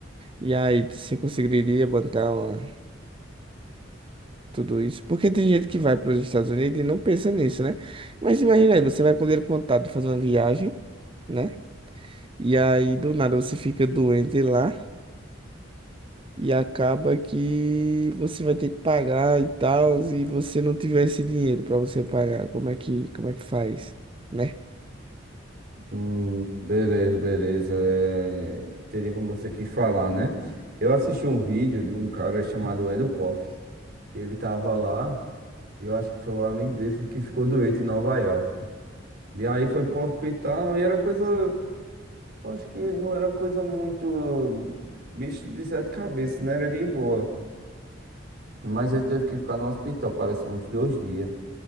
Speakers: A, on the right; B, on the right.
A: E aí, você conseguiria bancar uma- tudo isso? Porque tem gente que vai para os Estados Unidos e não pensa nisso, né? Mas imagina aí, você vai com dinheiro contado fazer uma viagem, né? E aí, do nada, você fica doente lá e acaba que você vai ter que pagar e tal, e você não tiver esse dinheiro para você pagar. Como é que, como é que faz, né?
B: Hum, Beleza, beleza. é, Entendi como você quis falar, né? Eu assisti um vídeo de um cara chamado Edu Koff. Ele tava lá, e eu acho que foi um amigo dele que ficou doente em Nova York. E aí foi pro hospital e era coisa. eu Acho que não era coisa muito. Bicho de sete cabeças, não era de boa. Mas ele teve que ficar no hospital, parece uns dois dias.